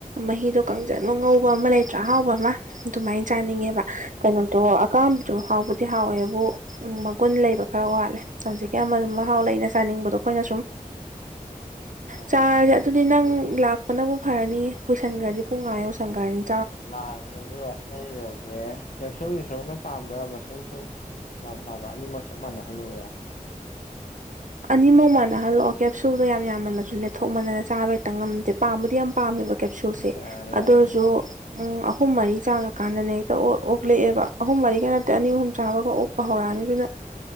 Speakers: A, on the right (about 60°); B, on the left (about 60°).
A: ꯃꯍꯤꯗꯣ ꯀꯥꯡꯖꯜꯃꯨꯛ ꯉꯧꯕ ꯑꯃ ꯂꯩꯇ꯭ꯔꯥ ꯑꯍꯥꯎꯕ ꯑꯃ ꯑꯗꯨꯃꯥꯏꯅ ꯆꯥꯅꯤꯡꯉꯦꯕ ꯀꯩꯅꯣꯗꯣ ꯑꯀꯥꯝꯕꯗꯣ ꯍꯥꯎꯕꯗꯤ ꯍꯥꯎꯋꯦꯕꯨ ꯎꯝ ꯃꯒꯨꯟ ꯂꯩꯕ ꯈꯔ ꯋꯥꯠꯂꯦ ꯍꯧꯖꯤꯛꯀꯤ ꯑꯃ ꯃꯍꯥꯎ ꯂꯩꯅ ꯆꯥꯅꯤꯡꯕꯗꯣ ꯑꯩꯈꯣꯏꯅ ꯁꯨꯝ
B: ꯎꯝ ꯍꯣꯏ
A: ꯆꯥꯔꯁꯦ
B: ꯍꯣꯏ ꯍꯣꯏ
A: ꯑꯗꯨꯗꯤ ꯅꯪ ꯂꯥꯛꯄꯅꯕꯨ ꯐꯔꯅꯤ ꯀꯨꯁꯤꯟꯈ꯭ꯔꯗꯤ ꯄꯨꯡ ꯑꯥ ꯌꯧꯁꯤꯟꯒ꯭ꯔꯥꯅꯤ
B: ꯂꯥꯛꯑꯒꯦ ꯑꯗꯨꯒ ꯂꯩꯔꯨꯔꯒꯦ ꯀꯦꯞꯁꯨꯜꯒꯤ ꯁꯔꯨꯛꯅ ꯄꯥꯕ꯭ꯔꯥ ꯕꯁꯜ ꯁꯔꯨꯛ ꯄꯥꯕ꯭ꯔꯥ ꯑꯅꯤꯃꯛ ꯆꯞ ꯃꯥꯟꯅꯍꯜꯂꯨꯔꯥ
A: ꯑꯅꯤꯃꯛꯧ ꯃꯥꯟꯅꯍꯜꯂꯛꯑꯣ ꯀꯦꯞꯁꯨꯜꯗꯣ ꯌꯥꯝꯃꯜꯂꯁꯨ ꯂꯦꯊꯣꯛ ꯃꯥꯟꯅ ꯆꯥꯕ ꯍꯦꯛꯇ ꯉꯝꯗꯦ ꯄꯥꯝꯕꯕꯨꯗꯤ ꯌꯥꯝ ꯄꯥꯝꯃꯦꯕ ꯀꯦꯞꯁꯨꯜꯁꯦ
B: ꯌꯥꯔꯦ
A: ꯑꯗꯨ
B: ꯌꯥꯔꯦ
A: ꯑꯣꯏꯔꯁꯨ
B: ꯑꯗꯨꯗꯤ
A: ꯎꯝ ꯑꯍꯨꯝ ꯃꯔꯤ ꯆꯥꯉꯀꯥꯟꯗꯅꯦ ꯍꯦꯛꯇ ꯑꯣꯛꯂꯛꯑꯦꯕ ꯑꯍꯨꯝ ꯃꯔꯤꯒ ꯅꯠꯇꯦ ꯑꯅꯤ ꯑꯍꯨꯝ ꯆꯥꯕꯒ ꯑꯣꯛ ꯍꯧꯔꯛꯑꯅꯤ ꯑꯗꯨꯅ